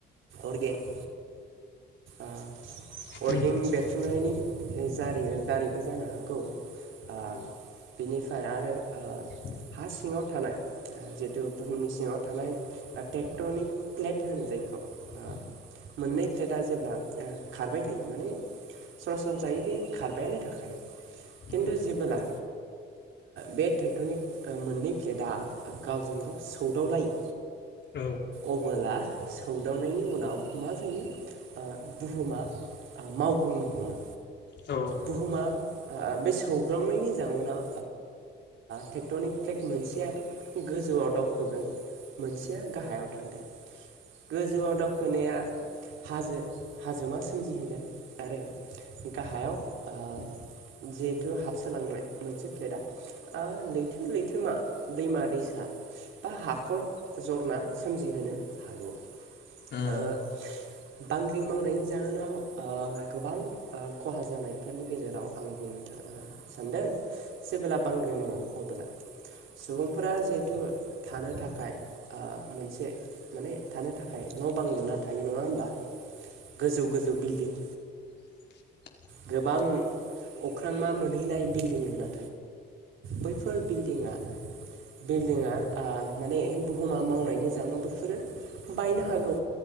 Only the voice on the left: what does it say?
उम
औ उम औ
<inaudible>
<inaudible>
औ उम
औ
औ
<inaudible>
ओम
<inaudible>